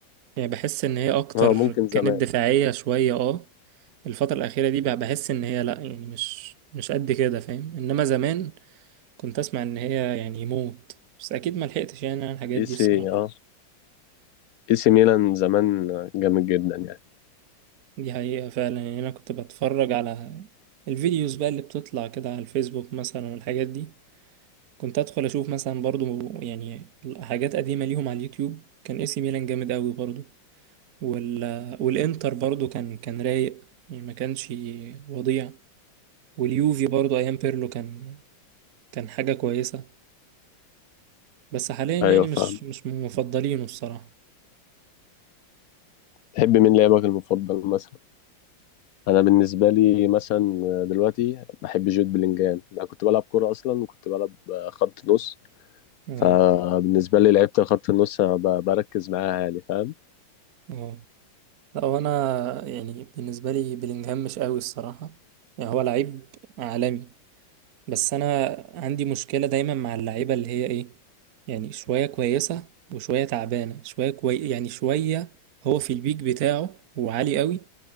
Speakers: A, on the right (about 55°); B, on the left (about 80°).
A: يعني بحس إن هي أكتر
B: اه ممكن زمان
A: كانت دفاعية شوية اه الفترة الأخيرة دي بقى بحس إن هي لأ يعني مش مش قد كده فاهم إنما زمان كنت أسمع إن هي يعني موت بس أكيد ما لحقتش يعني على الحاجات
B: اي
A: دي الصراحة
B: سي اه اي سي ميلان زمان جامد جدا يعني
A: دي حقيقة فعلا يعني أنا كنت بتفرج على الفيديوز بقى اللي بتطلع كده على الفيسبوك مثلا والحاجات دي كنت ادخل اشوف مثلا برضو يعني حاجات قديمه ليهم على اليوتيوب كان اي سي ميلان جامد قوي برضو وال... والانتر برضو كان كان رايق يعني ما كانش وضيع واليوفي برضو ايام بيرلو كان كان حاجه كويسه بس حاليا يعني
B: ايوه فاهم
A: مش مش من مفضلينه الصراحه
B: تحب مين لاعبك المفضل مثلا انا بالنسبة لي مثلا دلوقتي بحب جود بلينجهام انا كنت بلعب كرة اصلا وكنت بلعب خط نص
A: اه
B: فبالنسبة لي لعيبة الخط النص أنا ب- بركز معاها يعني فاهم
A: اه لا وانا يعني بالنسبه لي بلينجهام مش قوي الصراحه يعني هو لعيب عالمي بس انا عندي مشكلة دايما مع اللعيبة اللي هي ايه يعني شوية كويسة وشوية تعبانة شوية كوي يعني شوية هو في البيك بتاعه وعالي قوي